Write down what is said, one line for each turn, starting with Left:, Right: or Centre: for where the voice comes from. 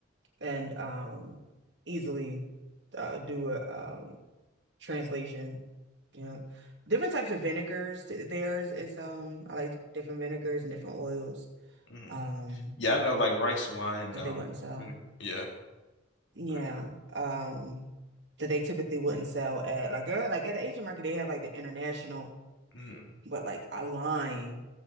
Right: and um easily uh, do a um translation. Yeah. Different types of vinegars. Th- Theirs is um I like different vinegars and different oils
Left: hmm
Right: um
Left: Yeah, I know like rice wine.
Right: that
Left: Um,
Right: they wouldn't sell.
Left: mm, yeah.
Right: Yeah.
Left: Okay.
Right: Um that they typically wouldn't sell at like they're like at the Asian market they have like the international
Left: Mhm.
Right: but like a line